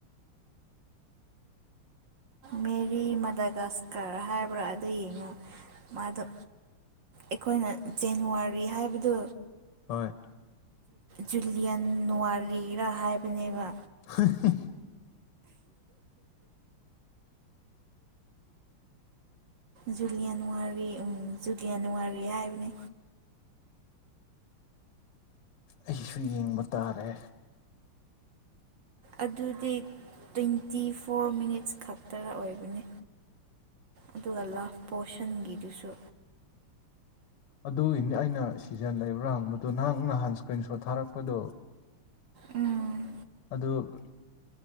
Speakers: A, on the right (about 55°); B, on the left (about 80°).
A: ꯃꯦꯔꯤ ꯃꯗꯥꯒꯥꯁꯀꯔ ꯍꯥꯏꯕ꯭ꯔꯥ ꯑꯗꯨ ꯌꯦꯡꯉꯨ ꯃꯥꯗꯣ ꯑꯈꯣꯏꯅ ꯖꯅꯋꯥꯔꯤ ꯍꯥꯏꯕꯗꯨ
B: ꯍꯣꯏ
A: ꯖꯨꯂꯤꯌꯟ ꯋꯥꯔꯤꯔ ꯍꯥꯏꯕꯅꯦꯕ
B: ꯍꯦꯍ
A: ꯖꯨꯂꯤꯌꯥꯟꯋꯥꯔꯤ ꯎꯝ ꯖꯨꯂꯤꯌꯥꯟ ꯋꯥꯔꯤ ꯍꯥꯏꯕꯅꯦ
B: ꯑꯩꯁꯨ ꯌꯦꯡꯕ ꯇꯥꯔꯦ
A: ꯑꯗꯨꯗꯤ ꯇ꯭ꯋꯦꯟꯇꯤ ꯐꯣꯔ ꯃꯤꯅꯤꯠꯁ ꯈꯛꯇꯔ ꯑꯣꯏꯕꯅꯤ ꯑꯗꯨꯒ ꯂꯥꯞ ꯄꯣꯁꯟꯒꯤꯗꯨꯁꯨ
B: ꯑꯗꯨꯒꯤꯅꯤ ꯑꯩꯅ ꯁꯤꯖꯟ ꯂꯩꯕ꯭ꯔꯥ ꯍꯪꯕꯗꯣ ꯅꯪ ꯅꯍꯥꯟ ꯏꯁꯀ꯭ꯔꯤꯟ ꯁꯣꯠ ꯊꯥꯔꯛꯄꯗꯣ
A: ꯎꯝ
B: ꯗꯨ